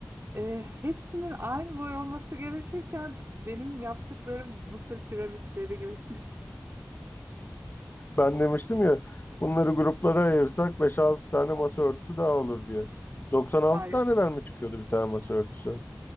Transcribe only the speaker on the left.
Ben demiştim ya bunları gruplara ayırsak beş 6 tane masa örtüsü daha olur diye. 96
taneden mi çıkıyordu bir tane masa örtüsü?